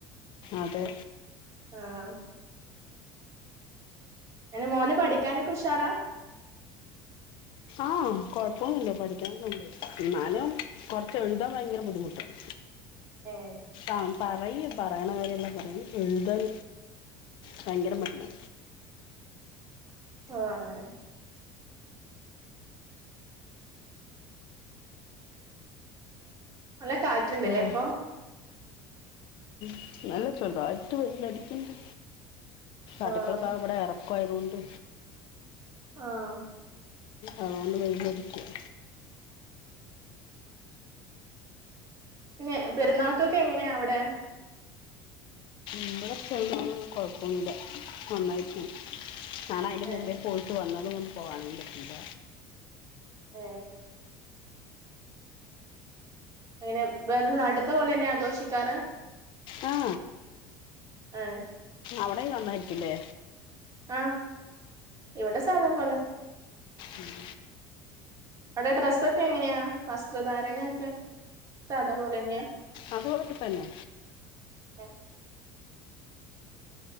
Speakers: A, on the left; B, on the right.
A: അതെ
B: ആഹ എങ്ങനെ മോന് പഠിക്കാനൊക്കെ ഉഷാറാ
A: ആഹ കൊഴപ്പൊന്നുമില്ല പഠിക്കണക്കുണ്ട് എന്നാലും കുറച്ച് എഴുതാൻ ഭയങ്കര ബുദ്ധിമുട്ടാണ്
B: ഏ
A: ആ പറയണ കാര്യങ്ങളൊക്കെ അറിയും എഴുതാൻ ഭയങ്കര മടിയ
B: ഓ അങ്ങനെ നല്ല കാറ്റുണ്ടല്ലേ
A: ഉം.
B: ഇപ്പൊ
A: ഇന്നലെ ചെറുതായിട്ട് വെയിലടിക്കിണ്ട് അടുക്കള
B: ആഹ്
A: ഭാഗം ഇവിടെ ഇ കൊയവുണ്ട്
B: ആഹ
A: അതുകൊണ്ട് വെയിലടിക്കും
B: പിന്നെ പെരുന്നാൾക്കൊക്കെ എങ്ങനെയാ അവിടെ
A: ഇവിടെക്കെ എന്നൊന്നും കുഴപ്പൊന്നില്ല നന്നായിട്ടിണ്ട് ഞാണെ അതിന്
B: ഏഹ്
A: മുമ്പേ പോയിട്ട് വന്നതും ഒന്ന് പോവാതെ നിൽക്കില്ല
B: ഏ അങ്ങനെ വേദന നാട്ടിത്തെ പോലെന്നെയാ ആഘോഷിക്കാറ്
A: ആ
B: ആഹ
A: അവിടെയും നന്നായിരിക്കില്ലേ
B: ആഹ ഇവിടെ സാധാ പോലെ
A: ഉം
B: അവിടെ ഡ്രസ്സൊക്കെ എങ്ങനെയാ വസ്ത്രധാരണയൊക്കെ സാധാ പോലെ തന്നെയാ
A: അതുപോലെ ഒക്കെ തന്നെ
B: <inaudible>